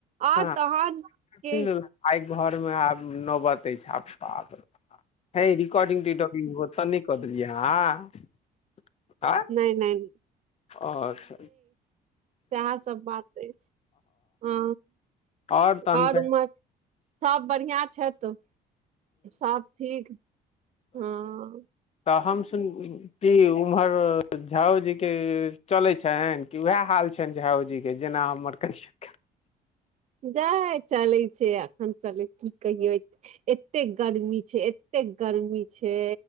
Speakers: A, on the right; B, on the left.
A: आ
B: हँ
A: तहन
B: सुनि
A: के
B: लेल आइ घरमे आब नौबत अछि आब पागल हय रिकॉर्डिंग जे देलिहु ओते नै क देलियै अहाँ
A: नहि नहि
B: अच्छा <unintelligible>
A: सेहै सब बात अइछ हँ
B: आओर तहन
A: और
B: फेर
A: उम सब बढ़ियाँ छैत सब ठीक हँ
B: तहम सुन की उम्हर झाउजी के चलै छैन कि उएह हाल छै झाओ जी के जेना हमर क <unintelligible>
A: जाय चलै छै अखन चलै की कहियै एतेक गर्मी छै एतेक गर्मी छै